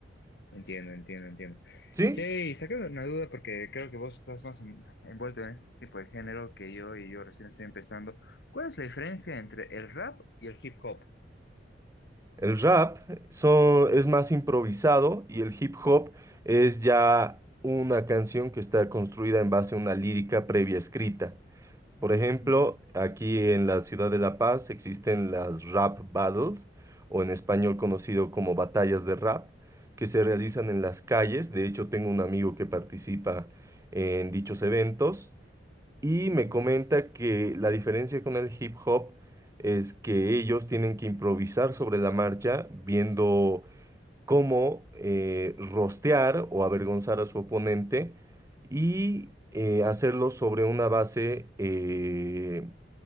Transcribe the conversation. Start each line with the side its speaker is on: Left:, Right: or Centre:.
Left: Entiendo, entiendo, entiendo.
Right: ¿Sí?
Left: Che, y saqué una duda porque creo que vos estás más en- envuelto en este tipo de género que yo y yo recién estoy empezando. ¿Cuál es la diferencia entre el rap y el hip hop?
Right: El rap son, es más improvisado y el hip hop es ya una canción que está construida en base a una lírica previa escrita. Por ejemplo,
Left: Ujú.
Right: aquí en la ciudad de La Paz existen las rap battles, o en español conocido como batallas de rap, que se realizan en las calles. De hecho, tengo un amigo que participa en dichos eventos. Y
Left: Mm,
Right: me comenta que la diferencia con el hip hop es que ellos tienen que improvisar sobre la marcha, viendo cómo eh, rostear o avergonzar a su oponente y eh, hacerlo sobre una base eh,